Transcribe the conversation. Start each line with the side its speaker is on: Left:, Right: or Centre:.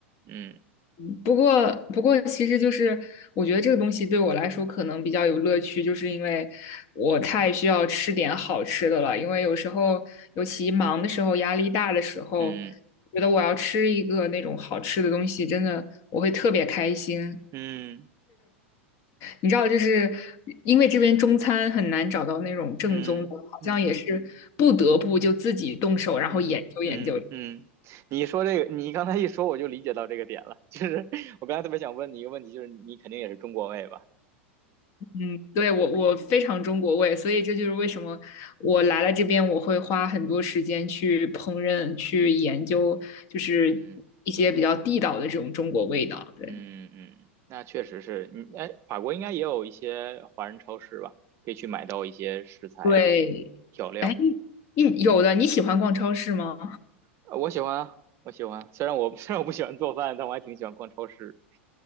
Right: 嗯
Left: 嗯不过，不过，其实就是我觉得这个东西对我来说可能比较有乐趣，就是因为我太需要吃点好吃的了。因为有时候，尤其忙的时候、压力大的时候，
Right: 嗯
Left: 觉得我要吃一个那种好吃的东西，真的我会特别开心。
Right: 嗯
Left: 你知道，就是因为这边中餐很难找到那种正宗的，
Right: 嗯嗯
Left: 好像也是不得不就自己动手，然后研究研究。
Right: 嗯嗯嗯，你说这个，你刚才一说我就理解到这个点了，就是我刚才特别想问你一个问题，就是你肯定也是中国胃吧？
Left: 嗯，对，我我非常中国味，所以这就是为什么我来了这边，我会花很多时间去烹饪、去研究，就是一些比较地道的这种中国味道。
Right: 嗯
Left: 对
Right: 嗯嗯，那确实是，嗯，哎，法国应该也有一些华人超市吧，可以去买到一些食材啊什么调料。
Left: 对，哎，你有的你喜欢逛超市吗？
Right: 呃我喜欢啊，我喜欢啊。虽然我 <laughs> 虽然我不喜欢做饭，但我还挺喜欢逛超市。